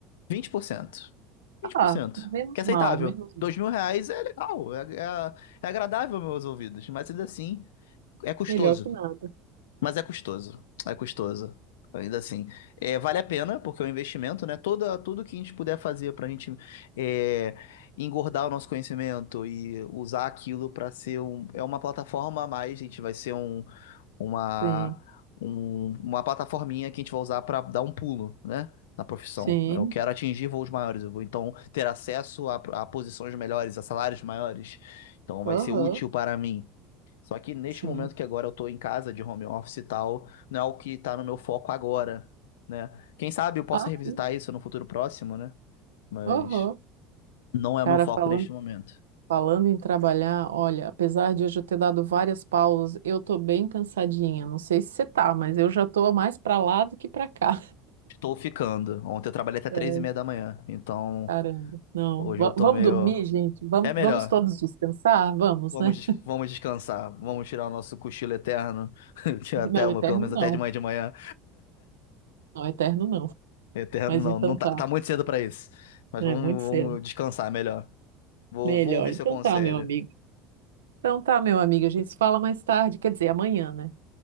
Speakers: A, on the left; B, on the right.
A: vinte por cento, vinte
B: Ah,
A: por cento.
B: menos
A: Que é aceitável.
B: mal, menos
A: Dois
B: mal.
A: mil reais é legal, é, é, é agradável aos meus ouvidos, mas ainda assim é custoso.
B: Melhor que nada.
A: Mas é custoso, é custoso. Ainda assim, é, vale a pena, porque é um investimento, né? Toda, tudo que a gente puder fazer para a gente é, engordar o nosso conhecimento e usar aquilo para ser um, é uma plataforma a mais, a gente vai ser um, uma,
B: Sim,
A: um- uma plataforminha que a gente vai usar para dar um pulo, né? Na profissão.
B: sim.
A: Eu quero atingir voos maiores, eu vou então ter acesso a, a posições melhores, a salários maiores. Então vai
B: Aham,
A: ser útil para mim. Só que neste
B: sim.
A: momento que agora eu tô em casa de home office e tal, não é o que tá no meu foco agora, né? Quem sabe eu possa
B: Ah,
A: revisitar
B: sim.
A: isso no futuro próximo, né? Mas
B: Aham.
A: não é o
B: Cara,
A: meu foco
B: falando,
A: neste momento.
B: falando em trabalhar, olha, apesar de hoje eu ter dado várias pausas, eu tô bem cansadinha. Não sei se você tá, mas eu já tô mais pra lá do que pra cá.
A: Estou ficando. Ontem eu trabalhei até três
B: É,
A: e meia da manhã, então
B: caramba. Não.
A: hoje
B: Va-
A: eu tô
B: vamos
A: meio...
B: dormir, gente? Vamos,
A: É melhor.
B: vamos todos descansar? Vamos,
A: Vamos,
B: né?
A: des- vamos descansar. Vamos tirar o nosso cochilo eterno. <laughs> Que até
B: <laughs> Não,
A: uma,
B: eterno
A: pelo menos
B: não.
A: até de manhã de manhã.
B: Não, eterno não.
A: Eterno
B: Mas
A: não,
B: então
A: não tá,
B: tá.
A: tá muito cedo pra isso. Mas
B: É
A: vamos,
B: muito
A: vamos
B: cedo.
A: descansar melhor. Vou,
B: Melhor.
A: vou ouvir
B: Então
A: seu conselho.
B: tá, meu amigo. Então tá, meu amigo, a gente se fala mais tarde, quer dizer, amanhã, né?